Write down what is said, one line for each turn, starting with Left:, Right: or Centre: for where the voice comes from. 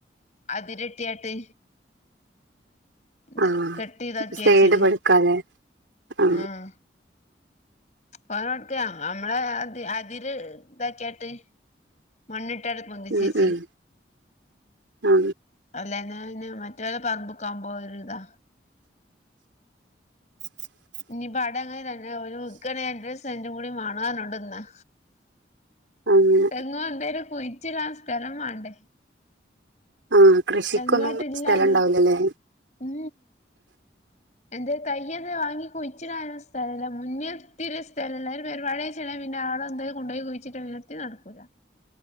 Left: അതിരിട്ടിയായിട്ട്. എന്താ
Right: ആ
Left: കെട്ട് ഇതാക്കിയച്ചണ്.
Right: സൈഡ് പടുക്കാല്ലേ ആ
Left: ആഹ ഫന കൊടുക്ക നമ്മളെ അതിര് ഇതക്കിയിട്ട് മണ്ണിട്ടടെ പൊന്തിച്ചു
Right: ഉം
Left: വെച്ചു
Right: ഉം ആ
Left: അല്ലന് മറ്റവരെ പറമ്പക്ക ആകുമ്പോ ഒരു ഇതാ
Right: <inaudible>
Left: ഇനി അടങ്ങനെ നല്ല ഒരു ഉഗ്രന് സെൻ്റു കൂടി മാണാനുണ്ട്ന്ന്
Right: ആഹ്
Left: തെങ്ങോ എന്തേലും കുഴിച്ചിടാൻ ആ സ്ഥലം വേണ്ടേ?.
Right: ആ കൃഷിക്കൊന്നും
Left: തെങ്ങാട്ടില്ലാനും
Right: സ്ഥല ഉണ്ടാവിലല്ലേ.
Left: ഉം
Right: <inaudible>
Left: എന്തെലുംതയ്യെന്നേംവാങ്ങി കുഴിച്ചിടാൻ ഒരു സ്ഥലമില്ല. മുന്നിൽ ത്തിരി സ്ഥല ള്ളത് ഒരു പരിപാടി പിന്നെ ആടന്തെങ്കിലും കൊണ്ടോയി കുഴിച്ചിട്ട് എത്തും നടക്കൂലാ.